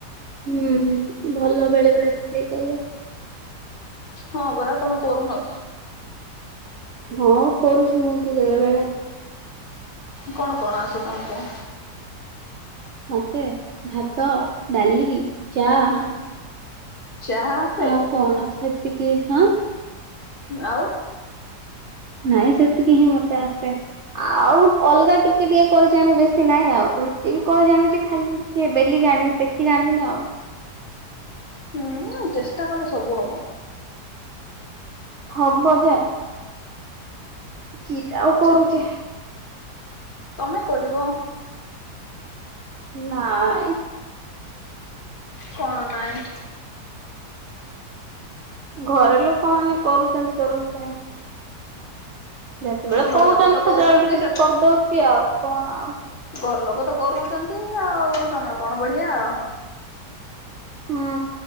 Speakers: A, on the right; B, on the left.
A: ହୁଁ ଭଲ ବେଳେ ବେଳେ ରୋଷେଇ କରିବା।
B: ହଁ ପରା ତୁମେ କରୁନ କି?
A: ହଁ କରୁଛି ମୁଁ ବି ବେଳେ ବେଳେ।
B: କଣ କଣ ଆସେ ତମକୁ?
A: ମତେ ଭାତ, ଡାଲି ଚା
B: ହଁ ଚାହା ଆସେ
A: ଆଉ କଣ ସେତିକି ହଁ।
B: ଆଉ
A: ନାଇଁ ସେତିକି ହିଁ ମତେ ଆସେ। ଆଉ ଅଲଗା ଟିକେ ଟିକେ କରି ଜାଣେ, ବେଶୀ ନାହିଁ ଆଉ। ରୁଟି ବି କରିଜାଣୁଛି ଖାଲି ଟିକେ ବେଲି ଜାଣିବି, ସେକି ଜାଣିବିନି ଆଉ।
B: ହୁଁ ଚେଷ୍ଟା କଲେ ସବୁ ହବ।
A: ହବ ଯେ କି ଟା ଆଉ କରୁଚି।
B: ଚେ ତମେ କରିବ‌?
A: ନାଇଁ।
B: କଣ ନାଇଁ?
A: ଘରେ ଲୋକମାନେ କରୁଛନ୍ତି ତ ରୋଷେଇ। ଯେତେବେଳେ
B: ଘର
A: କହୁଛନ୍ତି,
B: ଲୋକ ତ
A: ସେତେବେଳେ
B: କରୁଚନ୍ତି
A: ଟିକେ
B: ସେ
A: ଟିକେ କରିଦଉଛି ଆଉ କଣ ଆଉ।
B: ଘର ଲୋକ ତ କରୁଚନ୍ତି, ଆଉ ତମେ କଣ ବଢିଆ ଆଉ।
A: ହୁଁ।